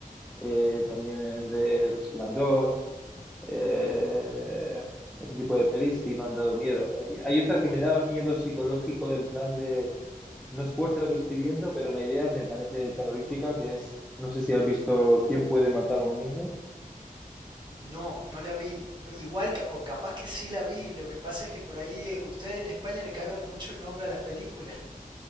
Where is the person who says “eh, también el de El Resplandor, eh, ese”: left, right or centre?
Centre